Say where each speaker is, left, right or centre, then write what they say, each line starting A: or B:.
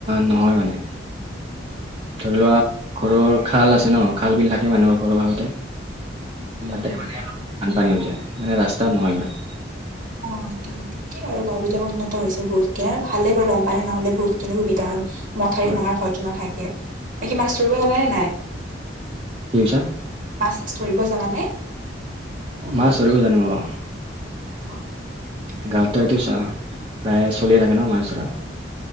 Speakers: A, on the right; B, on the right.
A: নহয় মানে।
B: <inaudible>
A: ধৰি লোৱা, ঘৰৰ খাল আছে ন'! খাল- বিল থাকে, মানুহৰ ঘৰৰ কাষতে।
B: উম উম
A: তাতে মানে, অলপ বানপানী হৈ যায়। মানে, ৰাস্তাত নহয় ইমান।
B: অ'! <unintelligible> <unintelligible> আৰু গাওঁ বিলাকত উন্নতি হৈছে বহুত। <unintelligible> ভালে বাৰু, বানপানী নহ'লে বহুত খিনি সুবিধা হয়। মথাউৰি
A: হয়
B: ভাঙাৰ
A: কি
B: ভয়টো নাথাকে। বাকী, মাছ ধৰিব জানা নে নাই?
A: কি কৈছা?
B: মাছ-চাছ ধৰিব জানানে?
A: মাছ ধৰিব জানোঁ। অ'!
B: অ বাকী
A: গাঁৱত
B: দিয়া
A: ত'
B: তে।
A: এইটো চা প্ৰায়ে চলিয়ে থাকে ন'! মাছ ধৰা।